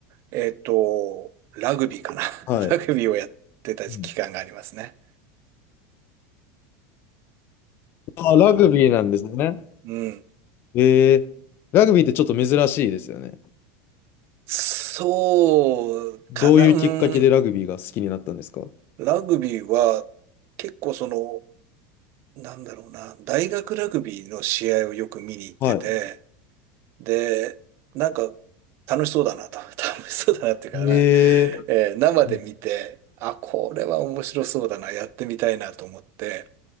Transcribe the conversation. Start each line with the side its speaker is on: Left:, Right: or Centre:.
Right: えっと、ラグビーかな。
Left: はい。
Right: <laughs> ラグビーをやってた期間がありますね。
Left: うん。ああ、ラグビーなんですね。
Right: うん。
Left: えー、ラグビーってちょっと珍しいですよね。
Right: そうかな、
Left: どういうきっかけでラグビーが好きになったんですか
Right: うん、ラグビーは結構その、なんだろうな、大学ラグビーの試合をよく見に行ってて、
Left: はい。
Right: で、なんか楽しそうだなと、<laughs> 楽しそうだなっていうかね、
Left: ええ
Right: えー生で見て、
Left: うん、
Right: あ、これは面白そうだな、やってみたいなと思って、